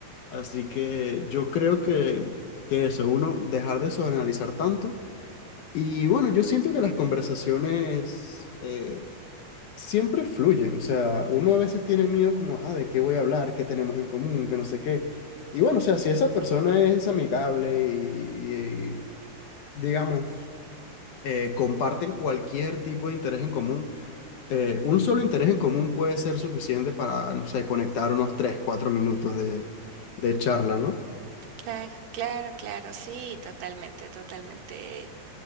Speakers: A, on the left (about 70°); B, on the right (about 70°).
A: Así que yo creo que, que eso, uno, dejar de sobreanalizar tanto. Y bueno, yo siento que las conversaciones eh, siempre fluyen. O sea, uno a veces tiene miedo como, ah, ¿de qué voy a hablar? ¿Qué tenemos en común? Que no sé qué. Y bueno, o sea, si esa persona es amigable y, y- y, digamos, eh, comparten cualquier tipo de interés en común eh, un solo interés en común puede ser suficiente para, no sé, conectar unos 3 4 minutos de, de charla, ¿no?
B: Claro, claro, claro, sí, totalmente, totalmente.